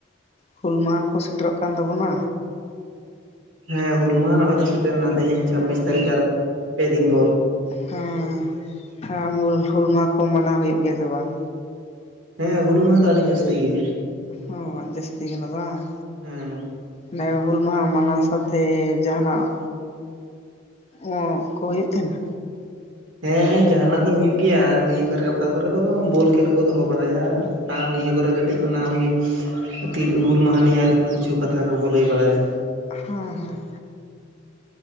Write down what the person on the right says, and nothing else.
ᱦᱮᱸ ᱦᱩᱞ ᱢᱟᱦᱟ ᱱᱚᱜᱼᱚᱭ ᱪᱚ ᱥᱮᱴᱮᱨᱱᱟ ᱛᱮᱦᱮᱧ ᱪᱷᱟᱵᱽᱵᱤᱥ
ᱛᱟᱹᱨᱤᱠᱷ ᱟᱨ ᱯᱮ ᱫᱤᱱ ᱯᱚᱨ᱾
ᱦᱮᱸ ᱦᱩᱞ ᱢᱟᱦᱟ ᱫᱚ ᱟᱹᱰᱤ ᱡᱟᱹᱥᱛᱤ ᱜᱮ
ᱦᱮᱸ᱾
ᱦᱮᱸ ᱡᱟᱦᱟᱱᱟᱜ ᱫᱚ ᱦᱩᱭᱩᱜ ᱜᱮᱭᱟ, ᱱᱤᱭᱟᱹ ᱠᱚᱨᱮ ᱚᱠᱟ ᱠᱚᱨᱮ ᱫᱚ ᱵᱚᱞ ᱠᱷᱮᱞ ᱠᱚ ᱫᱚᱦᱚ ᱵᱟᱲᱟᱭᱟ᱾ ᱟᱨ ᱱᱤᱭᱟᱹ ᱠᱚᱨᱮ ᱠᱟᱹᱴᱤᱡ ᱚᱱᱟ ᱩᱱᱤ ᱛᱤᱞ ᱦᱩᱞ ᱢᱟᱦᱟᱱᱤ ᱟᱨᱠᱤ ᱠᱤᱪᱷᱩ ᱠᱟᱛᱷᱟ ᱠᱚᱠᱚ ᱞᱟᱹᱭ ᱵᱟᱲᱟᱭᱟ᱾